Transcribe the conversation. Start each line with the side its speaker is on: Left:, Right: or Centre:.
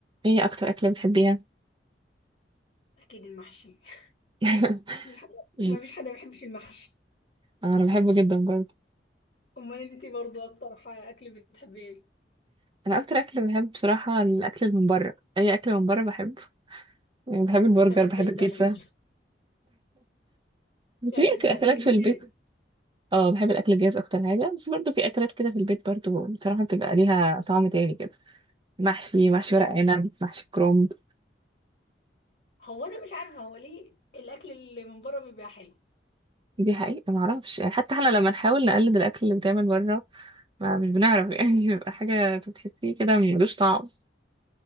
Right: ايه اكتر اكلة بتحبيها
Left: اكيد المحشي <laughs>
Right: <laughs>
Left: مفيش حد
Right: مم.
Left: مفيش حد ما بيحبش المحشي
Right: انا بحبه جدا برضه
Left: امال انت برضو اكتر ح- اكل بتحبيه ايه
Right: انا اكتر اكل بحب بصراحة الاكل اللي من بره اي اكل من بره بحبه يعني بحب البرجر
Left: طب ازاي
Right: بحب البيتزا
Left: طيب <laughs>
Right: بس
Left: يعني
Right: في
Left: انت
Right: أك-
Left: بتحبي
Right: اكلات
Left: الاكل
Right: في
Left: الجاهز
Right: البيت اه بحب الاكل الجاهز اكتر حاجة بس برضه في اكلات كده في البيت برضه بصراحة بتبقى ليها طعم تاني كده محشي محشي
Left: هو
Right: ورق عنب محشي كرومب
Left: هو انا مش عارفه هو ليه الاكل اللي من بره بيبقى حلو
Right: دي حقيقة ما اعرفش يعني حتى احنا لما نحاول نقلد الاكل اللي بيتعمل بره ما مش بنعرف يعني <laughs> بيبقى حاجة بتحسيه كده ملوش طعم